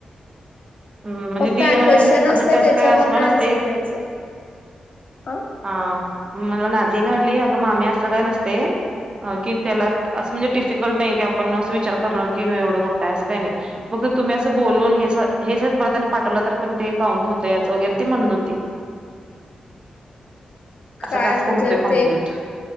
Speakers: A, on the right; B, on the left.
A: हम् म्हणजे
B: फक्त
A: ती मला
B: क्वेश्चन
A: म्हणजे
B: असते
A: अग त्यास
B: त्याच्यावर
A: काय अस काय
B: ना
A: नसतंय.
B: आन्सर द्यायचं. अ
A: हा मला नाझीया काय म्हणाली, अगं मामी असं काही नसते. की त्याला अस म्हणजे टीप गरज नाही की आपण असं विचार करणार की, हो एवढं मोठा आहे असं काही नाही फक्त तुम्ही असं बोलून हे अस हे सरांनी परत पाठवलं तर, पण ते काउंट होतय असं वगैरे ती म्हणत होती. असा
B: काय
A: टास्क
B: म्हणजे
A: होतोय कंप्लीट
B: ते,